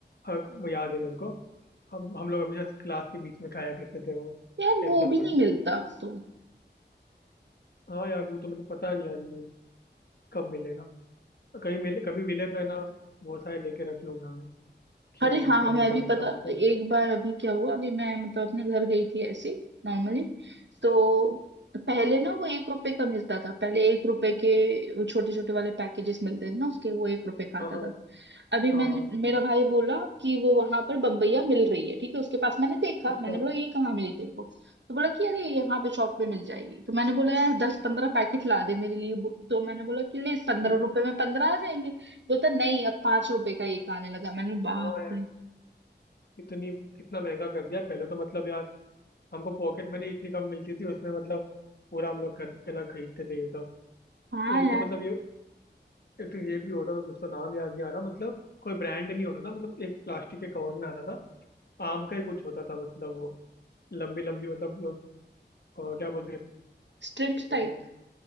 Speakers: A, on the left (about 60°); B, on the right (about 75°).
A: हाँ वो याद है मेरे को हम हम लोग हमेशा क्लास के बीच में खाया करते थे वो
B: यार
A: एकदम
B: वो भी
A: मतलब
B: नहीं मिलता अब तो
A: हाँ यार वो तो मतलब पता नहीं यार ये कब मिलेगा कहीं मिले कभी मिले तो है ना बहुत सारे लेके रख लूंगा मैं कि
B: अरे हाँ
A: कभी
B: मैं
A: कभी
B: भी पता
A: खाने को
B: एक बार अभी क्या हुआ अभी मैं मतलब अपने घर गई थी ऐसे नॉर्मली तो पहले ना वो एक रुपए का मिलता था पहले एक रुपए के वो छोटे छोटे वाले पैकेजेस मिलते थे ना उसके वो एक रुपए का आता
A: हाँ हाँ
B: था अभी
A: हाँ
B: मैंने
A: हाँ
B: मेरा भाई बोला कि वो वहां पर बम्बैया मिल रही है ठीक है उसके पास मैंने देखा
A: अच्छा
B: मैंने बोला ये कहाँ मिली देखो तो बोला कि अरे यहाँ पे शॉप पे मिल जाएगी तो मैंने बोला यार दस पंद्रह पैकेट ला दे मेरे लिए बो- तो मैंने बोला कि ले पंद्रह
A: हम्म,
B: रुपए में पंद्रह आ जाएंगे बोलता नहीं अब पांच रुपए का एक आने लगा मैंने बोला, बाप
A: हाँ यार
B: रे
A: इतनी कितना महंगा कर दिया पहले तो मतलब यार हमको पॉकेट मनी इतनी कम मिलती थी उसमें मतलब पूरा हम लोग कर के ना खरीदते थे ये सब
B: हाँ
A: एक
B: यार
A: तो मतलब ये एक तो ये भी होता था कुछ तो नाम याद नहीं आ रहा मतलब कोई ब्रांड नहीं होता था मतलब एक प्लास्टिक के कवर में आता था आम का ही कुछ होता था मतलब वो लंबी लंबी मतलब अ, क्या बोलते हैं
B: Strips type
A: अ,